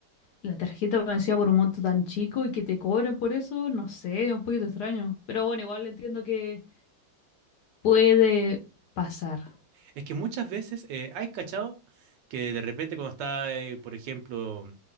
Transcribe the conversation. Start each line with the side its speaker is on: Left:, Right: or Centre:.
Left: la tarjeta me decía por un monto tan chico y que te cobren por eso, no sé, es un poquito extraño. Pero bueno, igual entiendo que puede pasar.
Right: Es que muchas veces, eh, ¿hay cachado? Que de repente cuando está, eh, por ejemplo,